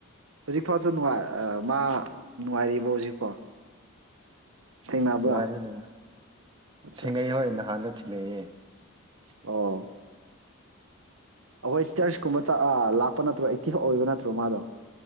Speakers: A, on the right; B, on the right.
A: ꯍꯧꯖꯤꯛꯐꯥꯎꯁꯨ ꯅꯨꯡꯉꯥꯏ ꯑ ꯃꯥ ꯅꯨꯡꯉꯥꯏꯔꯤꯕꯣ ꯍꯧꯖꯤꯛꯐꯥꯎ ꯊꯦꯡꯅꯕ꯭ꯔꯥ
B: ꯅꯨꯡꯉꯥꯏꯔꯤ ꯅꯨꯡꯉꯥꯏ
A: ꯑꯠꯆꯥ
B: ꯊꯦꯡꯅꯩ ꯍꯣꯏ ꯅꯍꯥꯟꯗꯣ ꯊꯦꯡꯅꯩꯌꯦ
A: ꯑꯣ ꯑꯈꯣꯏ ꯆꯔꯁ ꯀꯨꯝꯕ ꯆꯥ ꯑ ꯂꯥꯛꯄ ꯅꯠꯇ꯭ꯔꯣ ꯑꯦꯛꯇꯤꯐ ꯑꯣꯏꯕ ꯅꯠꯇ꯭ꯔꯣ ꯃꯥꯗꯣ